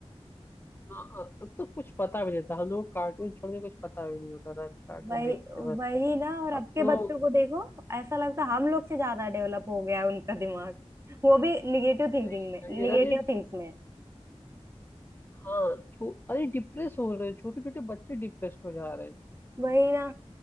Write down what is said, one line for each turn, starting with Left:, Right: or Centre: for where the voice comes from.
Left: ना, तब तो कुछ पता भी नहीं था हम लोग कार्टून छोड़ के कुछ पता भी नहीं होता था कार्टून
Right: वही
Left: देखते थे बस
Right: वही ना और अब
Left: अब
Right: के
Left: तो
Right: बच्चों को देखो ऐसा लगता है हम लोग से ज्यादा डेवलप हो गया है उनका दिमाग वो भी निगेटिव थिंकिंग
Left: सही
Right: में
Left: सही
Right: निगेटिव
Left: है। अरे छो-
Right: थिंक्स में
Left: हाँ छो, अरे डिप्रेस हो रहे हैं छोटे छोटे बच्चे डिप्रेस्ड हो जा रहे हैं
Right: वही ना